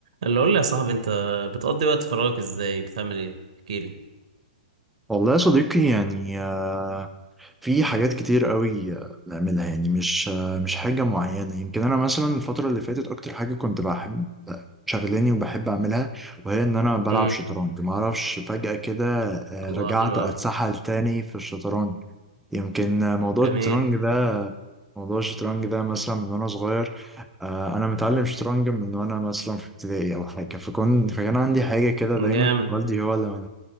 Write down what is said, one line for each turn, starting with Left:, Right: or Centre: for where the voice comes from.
Right: اللي قول لي يا صاحبي انت بتقضي وقت فراغك ازاي بتعمل ايه احكي لي
Centre: والله يا صديقي يعني آه، في حاجات كتير قوي آه، بنعملها يعني مش آه، مش حاجة معينة يمكن أنا مثلا الفترة اللي فاتت أكتر حاجة كنت بحب شغلاني وبحب أعملها وهي إن أنا بلعب
Right: امم
Centre: شطرنج معرفش فجأة كده آه،
Right: الله
Centre: رجعت
Right: حلو
Centre: أتسحل
Right: قوي
Centre: تاني في الشطرنج يمكن آه، موضوع
Right: جميل
Centre: الشطرنج ده موضوع الشطرنج ده مثلا من وأنا صغير آه، أنا متعلم شطرنج من وأنا مثلا في ابتدائي أو حاجة فكون فكان عندي حاجة كده
Right: جامد
Centre: دايما والدي هو اللي